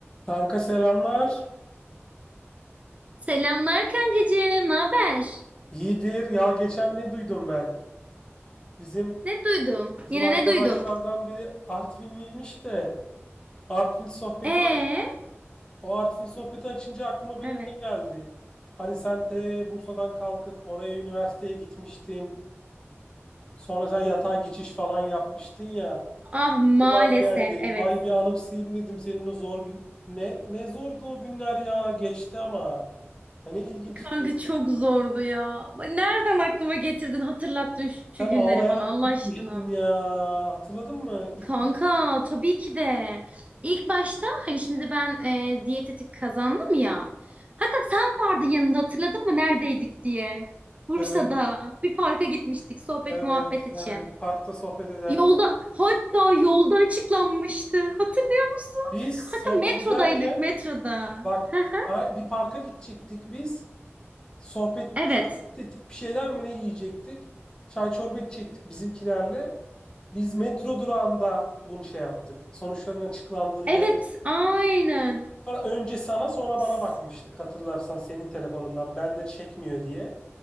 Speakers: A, on the left; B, on the right.
A: Kanka selamlar.
B: Selamlar kankacığım, ne haber?
A: İyidir. Ya geçen ne duydum ben? Bizim
B: Ne duydun?
A: bizim
B: Yine
A: arkadaşlardan
B: ne duydun?
A: biri Artvinliymiş de Artvin sohbeti
B: Ee,
A: aç. O Artvin sohbeti açınca aklıma benim
B: evet.
A: ne geldi? Hani sen te Bursa'dan kalkıp oraya üniversiteye gitmiştin. Sonra sen yatay geçiş falan yapmıştın ya.
B: Ah maalesef,
A: Yıllar geldi.
B: evet.
A: Ay bir anımsayayım dedim senin o zor gün. Ne ne zordu o günler ya. Geçti ama. Hani ilginçti.
B: Kanka çok zordu ya. Nereden aklıma getirdin, hatırlattın şu şu
A: Sen
B: günleri
A: ağlayarak
B: bana Allah
A: gitmiştin
B: aşkına.
A: ya. Hatırladın mı ilk
B: Kanka tabii ki de. İlk başta hani şimdi ben e, diyetetik kazandım ya. Hatta sen vardın yanımda hatırladın mı neredeydik diye. Bursa'da
A: Evet,
B: bir parka gitmiştik sohbet
A: evet,
B: muhabbet için.
A: evet. Parkta sohbet ederken.
B: Yolda hatta yolda açıklanmıştı. Hatırlıyor musun?
A: Biz sohbet
B: Hatta metrodaydık
A: ederken
B: metroda.
A: bak
B: Hı hı.
A: ay- bir parka gidecektik biz. Sohbet,
B: Evet.
A: sohbet edip bir şeyler mi ne yiyecektik? Çay çorba içecektik bizimkilerle. Biz metro durağında bunu şey yaptık. Sonuçların açıklandığını
B: Evet,
A: gör.
B: aynen.
A: Sonra önce sana sonra
B: S-
A: bana bakmıştık. Hatırlarsan senin telefonundan ben de çekmiyor diye.